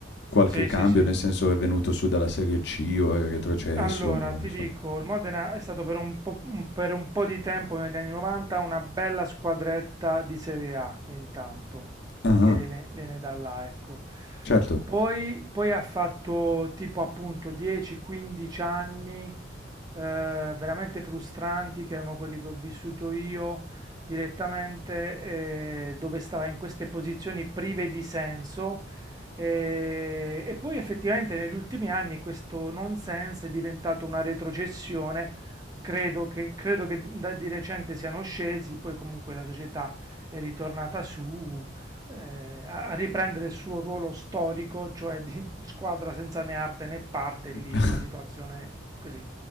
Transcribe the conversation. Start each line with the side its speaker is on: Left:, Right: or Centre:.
Left: qualche
Right: sì,
Left: cambio,
Right: sì, sì.
Left: nel senso è venuto su dalla Serie C o è retrocesso
Right: Allora,
Left: o
Right: ti
Left: insomma
Right: dico, il Modena è stato per un po', un- per un po' di tempo negli anni 90 una bella squadretta di Serie A, intanto, perché
Left: ah-ah,
Right: viene, viene da là, ecco.
Left: certo.
Right: Poi, poi ha fatto tipo appunto 10-15 anni eh, veramente frustranti, che erano quelli che ho vissuto io direttamente, eh, dove stava in queste posizioni prive di senso e, e poi effettivamente negli ultimi anni questo nonsense è diventato una retrocessione, credo che, credo che da- di recente siano scesi, poi comunque la società è ritornata su, eh, a, a riprendere il suo ruolo storico, cioè di <laughs> squadra senza né arte né parte
Left: <laughs>
Right: lì, in una situazione così,